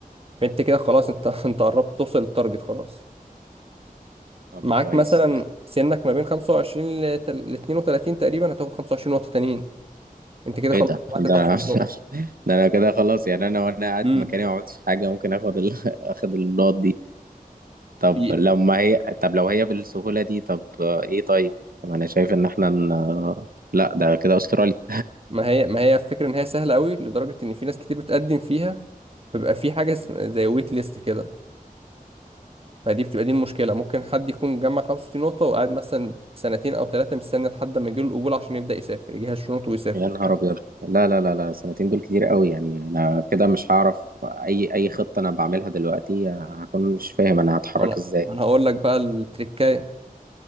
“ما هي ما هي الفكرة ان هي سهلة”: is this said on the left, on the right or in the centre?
Right